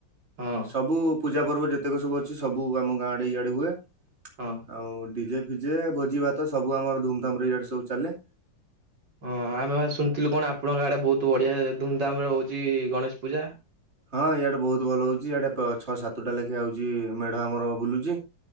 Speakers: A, on the right; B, on the right.
A: ହଁ
B: ସବୁ ପୂଜା ପର୍ବ ଯେତେକ ସବୁ ଅଛି ସବୁ ଆମ ଗାଁ ଆଡେ ଇଆଡେ ହୁଏ।
A: ହଁ।
B: ଆଉ ଡିଜେ ଫିଜେ ଭୋଜି ଭାତ ସବୁ ଆମର ଧୁମଧାମ୍ ରେ ଇଆଡ଼େ ସବୁ ଚାଲେ।
A: ହଁ ଆମେ ବା ଶୁଣିଥିଲୁ କଣ ଆପଣଙ୍କ ଆଡେ ବହୁତ ବଢିଆ ଧୁମଧାମରେ ହଉଛି ଗଣେଶ ପୂଜା।
B: ହଁ ଇଆଡ଼େ ବହୁତ ଭଲ ହଉଛି ଇଆଡ଼େ ଛଅ ସାତଟା ଲେଖାଏ ଆଉଛି ମେଢ ଆମର ବୁଲୁଛି।